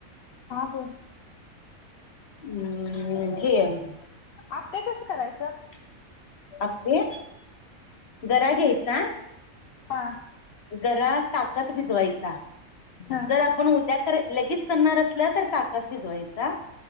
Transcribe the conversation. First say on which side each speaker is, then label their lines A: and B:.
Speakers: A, on the left; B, on the left.
A: हा बोल
B: हम् ठ <unintelligible>
A: आपे कसं करायचं.
B: अपे गरा घ्यायचा.
A: हा
B: घरात ताकात भिजवायचा.
A: हा
B: जर आपण उद्या कर लगेच करणार असल्या तर ताका त भिजवायचा.